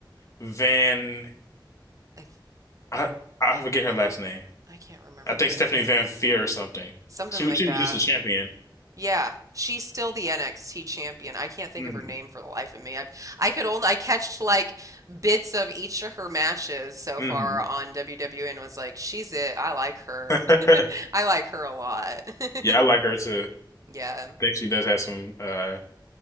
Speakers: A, on the left; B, on the right.
A: Van?
B: I
A: I I forget her last name.
B: I can't remember
A: I think
B: it.
A: Stephanie Van Feer or something.
B: Something
A: She
B: like
A: she
B: that.
A: was just a champion.
B: Yeah, she's still the NXT champion. I can't think
A: hmm
B: of her name for the life of me. i I could only I catched like bits of each of her matches so
A: hmm
B: far on WWE and was like, she's it. I like her.
A: <laughs>
B: <laughs> I like her a lot. <laughs>
A: Yeah, I like her too.
B: Yeah.
A: I think she does have some uh